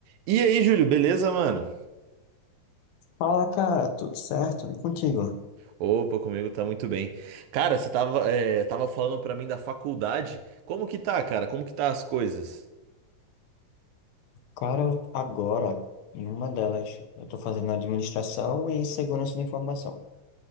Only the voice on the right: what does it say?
E aí, Júlio, beleza, mano?
Opa, comigo tá muito bem. Cara, você tava, é, tava falando pra mim da faculdade. Como que tá, cara? Como que tá as coisas?